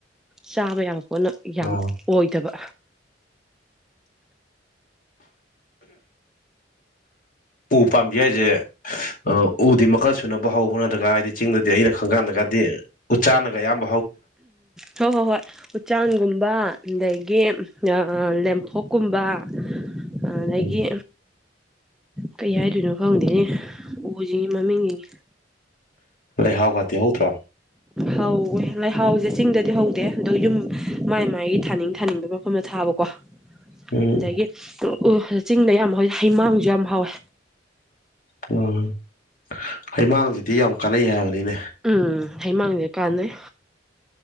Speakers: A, in the centre; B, on the left.
A: ꯆꯥꯕ ꯌꯥꯕ ꯄꯣꯠꯅ ꯌꯥꯝ
B: ꯑꯣ
A: ꯑꯣꯏꯗꯕ
B: ꯎ ꯄꯥꯝꯕꯤ ꯍꯥꯏꯁꯦ ꯎꯗꯤ ꯃꯈꯜ ꯁꯨꯅꯕ ꯍꯧꯕ꯭ꯔ ꯅꯠꯇ꯭ꯔꯒ ꯍꯥꯏꯗꯤ ꯆꯤꯡꯗꯗꯤ ꯑꯩꯅ ꯈꯪ ꯀꯥꯟꯗ ꯀꯥꯟꯗꯤ ꯎꯆꯥꯅꯒꯌꯥ ꯑꯌꯥꯝ
A: ꯍꯑꯝ ꯍꯣꯏ ꯍꯣꯏ ꯍꯣꯏ ꯎꯆꯆꯥꯡꯒꯨꯝꯕ ꯑꯗꯒꯤ ꯂꯦꯝꯐꯣꯛꯀꯨꯝꯕ ꯑꯗꯒꯤ
B: ꯎꯝ
A: ꯀꯩ ꯍꯥꯏꯗꯣꯏꯅꯣ ꯈꯪꯗꯦꯅꯦ ꯎꯁꯤ ꯃꯃꯤꯡꯁꯤ
B: ꯂꯩ ꯍꯥꯎ ꯒꯗꯤ ꯍꯧꯗ꯭ꯔꯣ
A: ꯍꯧꯋꯦ ꯂꯩꯍꯥꯎꯁꯦ ꯆꯤꯡꯗꯗꯤ ꯍꯧꯗꯦ ꯑꯗꯣ ꯌꯨꯝ ꯃꯥꯏ ꯃꯥꯏꯒꯤ ꯊꯥꯅꯤꯡ ꯊꯥꯅꯤꯡꯕ ꯃꯐꯝꯗ ꯊꯥꯕꯀꯣ
B: ꯎꯝ
A: ꯑꯗꯒꯤ ꯑꯣ ꯆꯤꯡꯗ ꯌꯥꯝ ꯍꯥꯎꯋꯦ ꯍꯤꯃꯥꯡꯁꯨ ꯌꯥꯝ ꯍꯥꯎꯋꯦ
B: ꯎꯝ ꯍꯩꯃꯥꯡꯁꯤꯗꯤ ꯌꯥꯝ ꯀꯥꯟꯅꯩ ꯍꯥꯏꯕꯅꯤꯅꯦ
A: ꯎꯝ ꯍꯩꯃꯥꯡꯅꯦ ꯀꯥꯟꯅꯩ